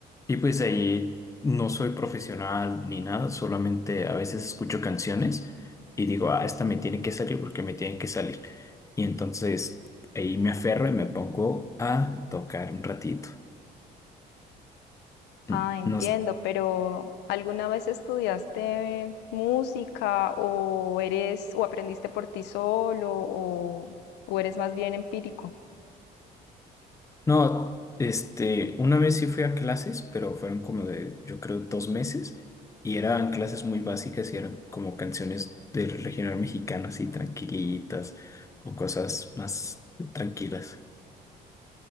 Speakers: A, on the left; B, on the left.
A: Y pues ahí no soy profesional ni nada, solamente a veces escucho canciones y digo, ah, esta me tiene que salir porque me tiene que salir. Y entonces ahí me aferro y me pongo a tocar un ratito. Mm,
B: Ah, entiendo,
A: No,
B: pero ¿alguna vez estudiaste música o eres o aprendiste por ti solo o, o eres más bien empírico?
A: No, este, una vez sí fui a clases, pero fueron como de, yo creo, dos meses y eran clases muy básicas y eran como canciones del regional mexicano, así tranquilitas o cosas más tranquilas.